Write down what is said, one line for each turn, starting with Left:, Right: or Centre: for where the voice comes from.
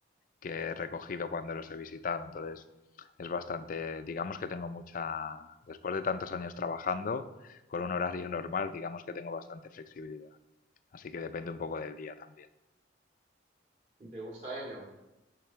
Left: que he recogido cuando los he visitado. Entonces, es bastante, digamos que tengo mucha, después de tantos años trabajando, con un horario normal, digamos que tengo bastante flexibilidad. Así que depende un poco del día también.
Right: ¿Y te gusta ello?